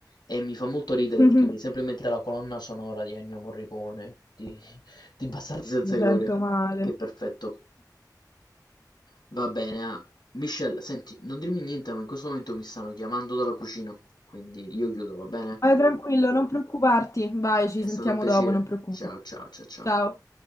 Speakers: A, on the left (about 80°); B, on the left (about 50°).
A: e mi fa molto ridere
B: <laughs>
A: perché mi viene sempre in mente la colonna sonora di Ennio Morricone, di di Bastardi senza
B: Mi sento
A: gloria,
B: male.
A: perché è perfetto. Va bene, ah. Michelle, senti, non dirmi niente, ma in questo momento mi stanno chiamando dalla cucina, quindi io chiudo, va bene?
B: <laughs> Vai tranquillo, non preoccuparti. Vai, ci
A: È
B: sentiamo
A: stato un piacere.
B: dopo, non preoccuparti.
A: Ciao, ciao, ciao, ciao.
B: Ciao.